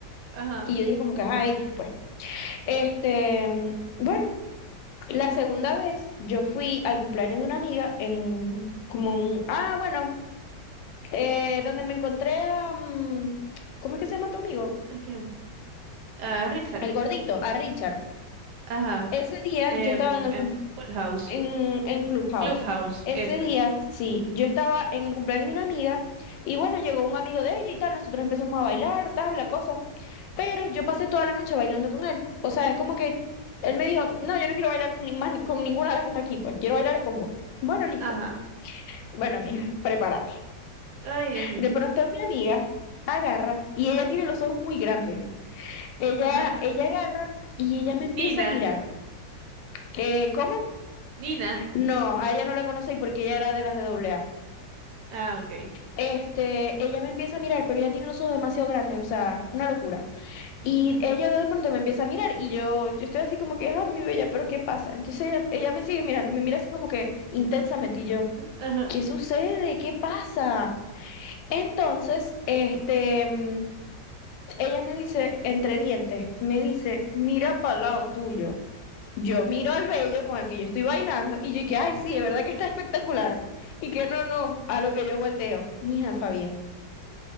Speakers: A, on the right; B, on the left.
A: Ajá.
B: y yo dije como que, ajá, X, pues. Este, mm, bueno, la segunda vez yo fui al cumpleaños de una amiga en, como un, ah, bueno, eh, donde me encontré a, mm, ¿cómo es que se llama tu amigo?
A: ¿A quién? A Richard.
B: El gordito, a Richard.
A: Ajá.
B: Ese día
A: Em,
B: yo estaba en el
A: en
B: cumpleaños
A: Full House.
B: en, en Clubhouse.
A: Clubhouse.
B: Ese
A: Eso
B: día,
A: es.
B: sí, yo estaba en el cumpleaños de una amiga y bueno, llegó un amigo de ella y tal, nosotros empezamos a bailar, tal, la cosa, pero yo pasé toda la noche bailando con él. O sea, es como que él me dijo, no, yo no quiero bailar con, ni más- con ninguna de las que está aquí, pues quiero bailar es con vos. Bueno, listo.
A: Ajá.
B: Bueno, mija, prepárate.
A: Ay, Dios mío.
B: De pronto mi amiga agarra y ella tiene los ojos muy grandes. Ella,
A: Ajá. <laughs>
B: ella agarra y ella me empieza
A: Nina.
B: a mirar. Eh, ¿cómo?
A: Nina.
B: No, a ella no la conocí porque ella era de las de doble A.
A: Ah, ok.
B: Este, ella me empieza a mirar, pero ella tiene los ojos demasiado grandes, o sea, una locura. Y ella de pronto me empieza a mirar y yo, yo estoy así como que, ah, mi bella, pero ¿qué pasa? Entonces ella, ella me sigue mirando, me mira así como que intensamente y yo,
A: Ajá.
B: ¿qué sucede? ¿Qué pasa? Entonces, este, mm, ella me dice, entre dientes, me dice, mira para el lado tuyo. Yo miro al bello con el que yo estoy bailando y yo y que, ay,
A: Ajá.
B: sí, es verdad que está espectacular. Y que no, no, a lo que yo volteo, mija Fabián.